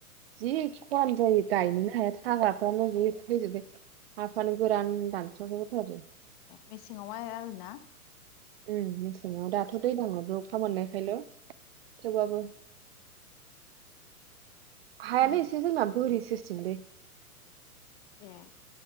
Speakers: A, on the right (about 40°); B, on the left (about 30°).
A: जि खरानो जायो गायनो हाग्राफ्रानो बि थैजोबबाय हाफ्रानो गोरान रानथ्रथ जाथारो
B: मेसेंङाव आव आरोना
A: उम मेसेङाव दाथ दैलांङाव बे अखा मोननायखायल थेवबाबो <inaudible> हायानो
B: उम
A: इसे जोंना बोरि थिसिमलै
B: ए